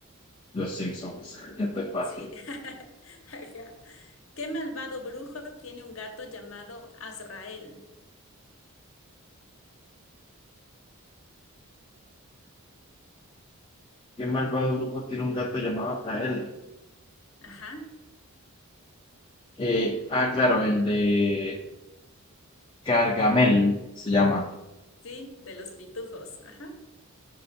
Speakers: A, on the left; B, on the left.
A: Los Simpsons. Esto es fácil.
B: Sí, <laughs> ajá. ¿Qué malvado brujo tiene un gato llamado Azrael?
A: ¿Qué malvado grupo tiene un gato llamado Kael?
B: Ajá,
A: Eh, ah, claro, el de Gargamel se llama.
B: sí, de los pitufos, ajá.